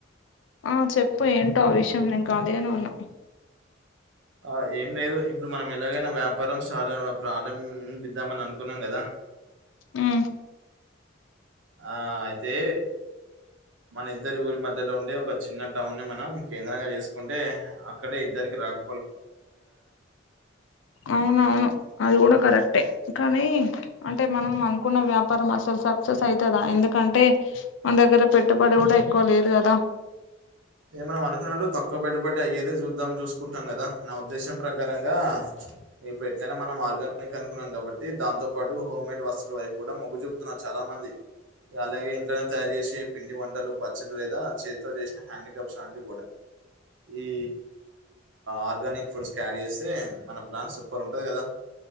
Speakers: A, on the left (about 75°); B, on the right (about 85°).
A: ఆ చెప్పు ఏంటో ఆ విషయం నేను కాలీగానే ఉన్నా
B: ఆ ఏం లేదు ఇప్పుడు మనం ఎలాగైనా వ్యాపారం స ప్రారంభిద్దామని అనుకున్నాం కదా
A: ఆ
B: ఆ అయితే మన ఇద్దరి ఊరి మధ్యలో ఉండే ఒక చిన్న టౌన్ ని మనం కేంద్రంగా చేసుకుంటే అక్కడే ఇద్దరికి రాక
A: అవును అవును అది కూడా కూడా కరెక్టే కానీ అంటే మనం అనుకున్న వ్యాపారం అసలు సక్సెస్ అయితదా ఎందుకంటే మన దగ్గర పెట్టుబడి కూడా ఎక్కువ లేదు కదా
B: ఏ మనున్నంట దక్క్క పెట్ట ఇటుబట్టి అదే చూద్దాం చూసుకుంటాం కదా నా ఉద్దేశం ప్రకారంగా ఇప్పు ఎట్లైనా మన మార్గం ని కనుకున్నాం కాబట్టి దాంతోపాటు హోమ్మేడ్ వస్తువుల వైపు కూడా మొగ్గు చూపుతున్నారు చాలా మంది అలాగే ఇంట్నే తయారు చేసే పిండి వంటలు పచ్చలు లేదా చేతితో చేసిన హ్యాండ్ ఏం సాని ఈ ఆర్గానిక్ ఫుడ్స్ క్యారీ చేస్తే మన ప్లాన్ సూపర్ ఉంటది కదా